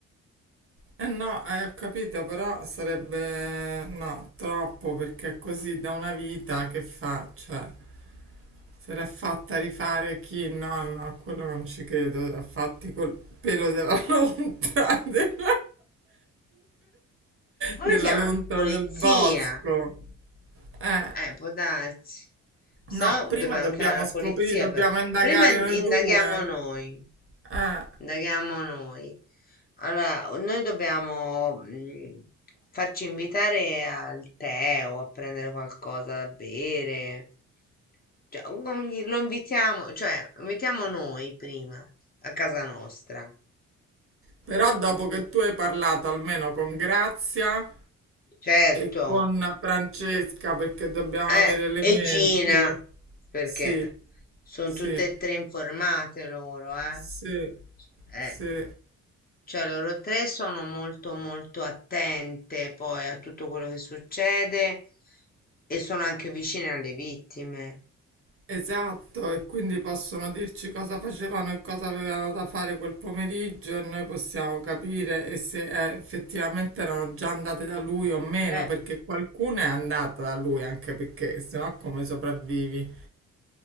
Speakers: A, on the right; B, on the left.
A: Eh no, eh, ho capito, però sarebbe no, troppo perché è così da una vita che fa, cioè, se l'è fatta
B: Eh,
A: rifare chi? No, no, a quello non ci credo, l'ha fatti col pelo della <laughs> lontra, della,
B: Come
A: della
B: chiama?
A: lontra
B: Polizia.
A: del bosco. Eh,
B: Eh, può darsi. So,
A: no, prima
B: dobbiamo
A: dobbiamo
B: chiamare la
A: scoprire,
B: polizia
A: dobbiamo
B: però.
A: indagare
B: Prima in-
A: noi
B: indaghiamo
A: due.
B: noi.
A: Eh,
B: Indaghiamo noi. Allora, o- noi dobbiamo mm, farci invitare al tè o a prendere qualcosa da bere. Cioè, o com- lo invitiamo, cioè, invitiamo noi prima a casa nostra.
A: però dopo che tu hai parlato almeno con Grazia.
B: Certo.
A: E con Francesca perché dobbiamo
B: Eh,
A: avere elementi.
B: e Gina, perché
A: Sì,
B: sono
A: sì,
B: tutte e tre informate loro, eh.
A: sì,
B: Eh,
A: sì,
B: cioè loro tre sono molto molto attente poi a tutto quello che succede e sono anche vicine alle vittime.
A: esatto. E quindi possono dirci cosa facevano e cosa avevano da fare quel pomeriggio e noi possiamo capire e se eh, effettivamente erano già andate da lui o meno,
B: Eh,
A: perché qualcuno è andata da lui anche perché sennò come sopravvivi?